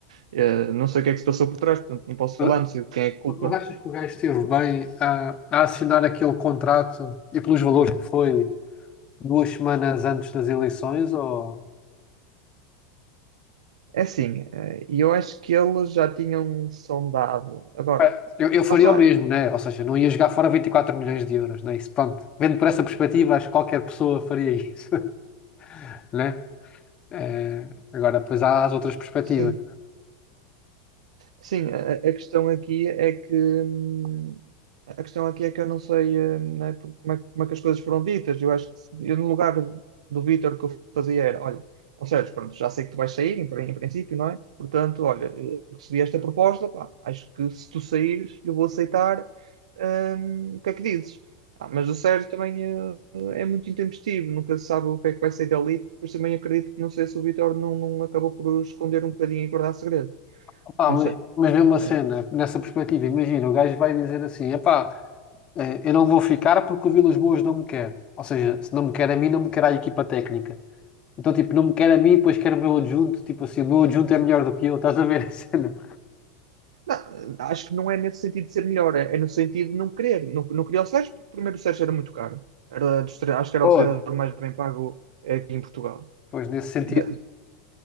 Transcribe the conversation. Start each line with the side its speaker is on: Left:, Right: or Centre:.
Right: Eh, não sei o que é que se passou por trás, portanto, não posso
Left: Mas
Right: falar, não sei de quem é a culpa,
Left: mas achas que o gajo esteve bem a, a assinar aquele contrato e pelos valores que foi duas semanas antes das eleições? Ou...
Right: É assim, eh, e eu acho que eles já tinham sondado. Agora,
Left: Pá, Eu, eu
Right: lá
Left: faria
Right: está,
Left: o mesmo, né? Ou seja, não ia jogar fora 24 milhões de euros, né? Isso, pronto. Vendo por essa perspectiva, acho que qualquer pessoa faria isso, <laughs> né? É, agora, depois há as outras perspectivas.
Right: sim, Sim, a, a questão aqui é que hum, a questão aqui é que eu não sei hum, né, por- como é, como é que as coisas foram ditas. Eu acho que se- eu no lugar do Vítor o que eu fazia era, olha, ou seja, pronto, já sei que tu vais sair, em, prin- em princípio, não é? Portanto, olha, eh, recebi esta proposta, pá, acho que se tu saíres, eu vou aceitar. hum, o que é que dizes? Ah, mas o Sérgio também eh, é, muito intempestivo, nunca se sabe o que é que vai sair dali. Depois também acredito que não sei se o Vítor não, não acabou por esconder um bocadinho e guardar segredo.
Left: Opá,
Right: Não
Left: mas,
Right: sei.
Left: mas mesmo assim,
Right: É,
Left: né, nessa perspectiva, imagina, o gajo vai dizer assim: epá, eh, eu não vou ficar porque o Vilas Boas não me quer. Ou seja, se não me quer a mim, não me quer a equipa técnica. Então, tipo, não me quer a mim, depois quer o meu adjunto. Tipo assim, o meu adjunto é melhor do que eu, estás a ver a <laughs> cena?
Right: não, acho que não é nesse sentido de ser melhor, é, é no sentido de não querer. Não, não queria o Sérgio, porque primeiro o Sérgio era muito caro. Era dos tre- acho que era
Left: Pois.
Right: o treinador mais bem pago eh, aqui em Portugal.
Left: Pois, nesse sentido.
Right: E da,